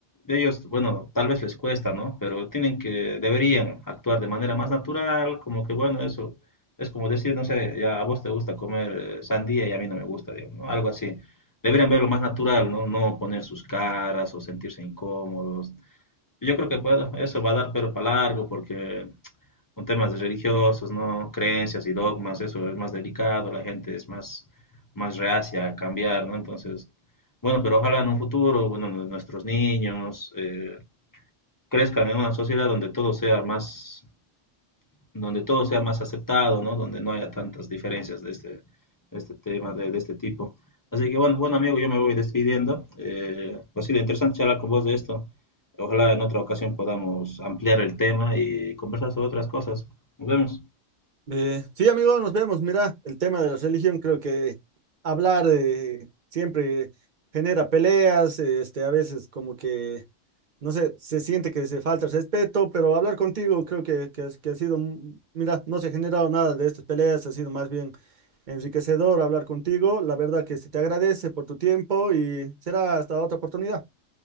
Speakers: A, on the left; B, on the right.
A: ellos, bueno, tal vez les cuesta, ¿no? Pero tienen que, deberían actuar de manera más natural, como que, bueno, eso es como decir, no sé, ya a vos te gusta comer eh, sandía y a mí no me gusta, digamos, ¿no? Algo así. Deberían verlo más natural, ¿no? No poner sus caras o sentirse incómodos. Yo creo que, bueno, eso va a dar pero para largo porque con temas de religiosos, ¿no? Creencias y dogmas, eso es más delicado, la gente es más, más reacia a cambiar, ¿no? Entonces, bueno, pero ojalá en un futuro, bueno, nu- nuestros niños eh, crezcan en una sociedad donde todo sea más, donde todo sea más aceptado, ¿no? Donde no haya tantas diferencias de este, de este tema, de, de este tipo. Así que bueno, bueno amigo, yo me voy despidiendo. Eh, ha sido interesante charlar con vos de esto. Ojalá en otra ocasión podamos ampliar el tema y conversar sobre otras cosas. Nos vemos.
B: Eh, sí, amigo, nos vemos. Mira, el tema de la religión, creo que hablar eh, siempre genera peleas, eh, este, a veces como que, no sé, se siente que se falta el respeto, pero hablar contigo creo que, que, has- que ha sido, mm, mira, no se ha generado nada de estas peleas, ha sido más bien enriquecedor hablar contigo. La verdad que se te agradece por tu tiempo y será hasta otra oportunidad.